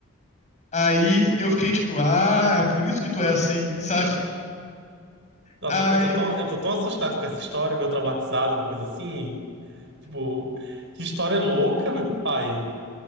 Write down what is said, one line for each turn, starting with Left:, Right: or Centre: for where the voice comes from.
Left: Aí eu fiquei tipo, ah, é por isso que tu é assim, <laughs> sabe?
Right: Nossa,
Left: Aí,
Right: eu tô tão, eu tô tão assustado com essa história, meio traumatizado, alguma coisa assim. Tipo, que história louca, <laughs> meu pai.